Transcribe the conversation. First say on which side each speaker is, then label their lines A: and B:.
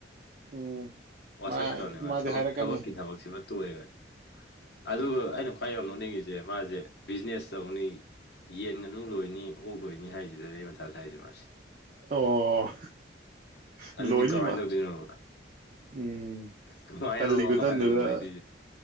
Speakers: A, on the right; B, on the left.
A: ꯎꯝ
B: ꯋꯥꯁꯛꯈ꯭ꯔꯕꯅꯦ
A: ꯃꯥ ꯃꯥꯗꯤ
B: ꯃꯥ ꯊꯕꯛ
A: ꯍꯥꯏꯔꯛꯀꯅꯤ
B: ꯊꯕꯛꯀꯤ ꯊꯕꯛꯁꯤꯃ ꯇꯨꯔꯅꯤ ꯑꯗꯨꯒ ꯑꯩꯅ ꯈ꯭ꯋꯥꯏ ꯌꯥꯝ ꯅꯣꯛꯅꯤꯡꯉꯤꯁꯦ ꯃꯥꯁꯦ ꯕꯤꯖꯤꯅꯦꯁ ꯇꯧꯅꯤ ꯌꯦꯟ ꯉꯥꯅꯨ ꯂꯣꯏꯅꯤ ꯑꯣꯛ ꯂꯣꯏꯅꯤ ꯍꯥꯏꯁꯤꯗꯅꯅꯦ ꯑꯩ ꯃꯊꯥ ꯁꯥꯏꯁꯦ ꯃꯥꯁꯤ
A: ꯑꯣ ꯂꯣꯏꯅꯤꯃꯛ
B: ꯑꯗꯨꯗꯤ ꯀꯃꯥꯏꯅ ꯇꯧꯗꯣꯏꯅꯣꯕꯗ
A: ꯎꯝ
B: ꯀꯃꯥꯏꯅ
A: ꯇꯜꯂꯤ ꯈꯨꯇꯟꯗꯨꯒ
B: ꯃꯥꯅꯦ ꯑꯣꯏꯣꯏꯗꯤ